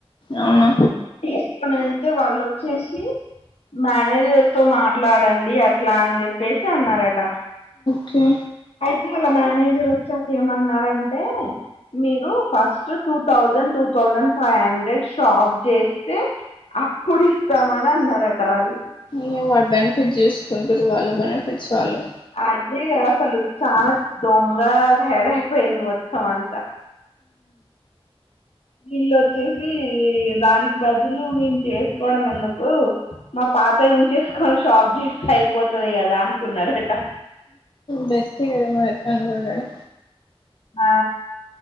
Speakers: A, on the left; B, on the left.
A: అవున
B: తీసుకొనేళ్తే వాళ్ళోచ్చేసి మానేజర్ తో మాట్లాడండి అట్లా అన్ జెప్పేసి అన్నారట
A: కే
B: కి వాళ్ళ మేనేజర్ వచ్చాక ఏమన్నారంటే మీరు ఫస్ట్ టూ థౌజండ్ టూ తొ థౌసండ్ ఫైవ్ హండ్రెడ్ షాప్ జేస్తే అప్పుడు ఇస్తామనన్నారట వాళ్ళు
A: ని వాడ్ బెనిఫిట్ జూసుకుంటడు వాళ్ళ బెనిఫిట్స్ వాళ్ళు
B: అదే అసలు చాలా దొంగగ తయారయిపోయిన్డు మొత్తం అంత వీల్లోచ్చేసి దానికి బదులు మేము చేసుకోవడం ఎందుకు మా పాతయుంచేసుకొని షాప్ జేస్తే అయిపోతది గదా అనుకున్నరట
A: బెస్టే గదమరి అట్లనుకున్నరా
B: ఆ